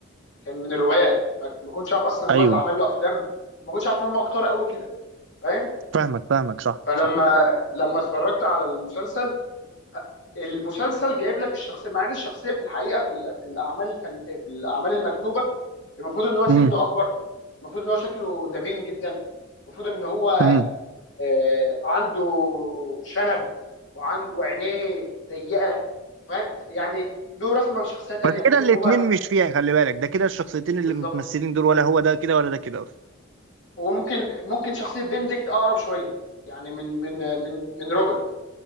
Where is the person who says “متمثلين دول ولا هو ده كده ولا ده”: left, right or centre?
Right